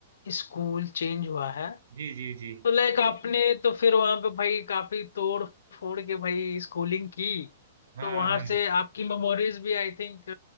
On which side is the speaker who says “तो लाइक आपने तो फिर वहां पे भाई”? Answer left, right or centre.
Left